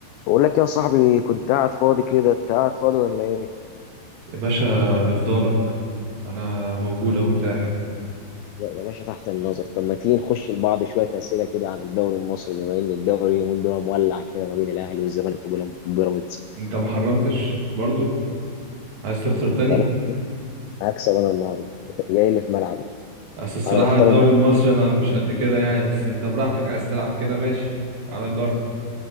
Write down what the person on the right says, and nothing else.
يا باشا نفضالك انا موجود اهو متاح
انت ما حرمتش برضو عايز تخسر تاني
بس الصراحة
الدوري
المصري انا مش قد كده يعني بس انت براحتك عايز تلعب كده ماشي تعال نجرب